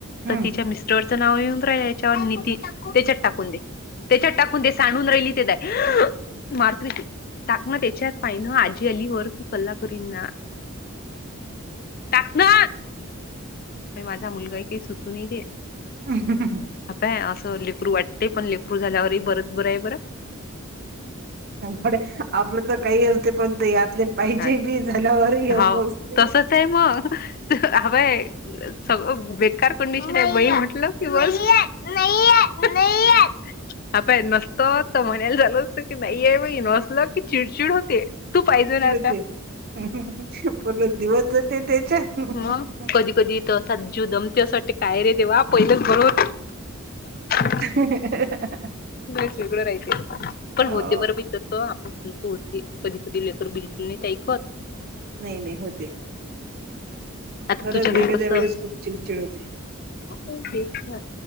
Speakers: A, on the right (about 45°); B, on the left (about 40°).
A: हम्म
B: तर तिच्या मिस स्टरांचा नाव येऊन राहिलं नितीन राहिच्यावर त्याच्यात टाकून त्याच्यात टाकून <inaudible> इलित मारत विती <inaudible> टाक म त्यांच्यात पाहि ना आजी अली वरू कल्लाकुरन टाक ना माझा मुलगा ते सुचून दे.
A: <unintelligible>
B: ह पय असं लेकरू वाटतेय पण लेकरू झाल्यावरही बरंच बरं आहे बरं.
A: बर आपलं तर काही असते पण ते यातले. पाहिजे
B: काय
A: बी झाल्यावरही अस
B: हाव
A: असते.
B: तसच आहे मग हवय सगळं बेकार कंडिशन आहे बई म्हटलं की बसं. नाय ये आता हे नसत तर म्हणायला झाल असत की नाहीय बाई न नसलं की चिडचिड होते तू पाहिजे ना.
A: <unintelligible> पूर्ण दिवस जाते त्याच्यात.
B: मग कधी कधी असा जीव दमते अस वाटते काय रे देवा पहिलंच बरं होतं. <unintelligible>
A: <unintelligible>
B: लयच वेगळं राहयते पण
A: हो
B: होते बर बाई तस आपण म्हणतो होते. कधी-कधी लेकर बिलकुल नाहीत ऐकत.
A: नाही-नाही होते.
B: आता
A: खरंच
B: तुझ्याघरी
A: एखाद्या
B: कस
A: वेळेस
B: ह.
A: खूप चिडचिड होते.
B: <unintelligible> ह